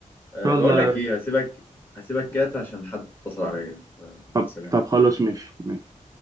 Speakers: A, on the left (about 15°); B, on the right (about 25°).
A: أه
B: ان شاء
A: بقول
B: الله
A: لك
B: يا رب.
A: إيه هسيبك هسيبك كات عشان حد اتصل عليا أه،
B: طب
A: سلام
B: طب خلاص ماشي ماشي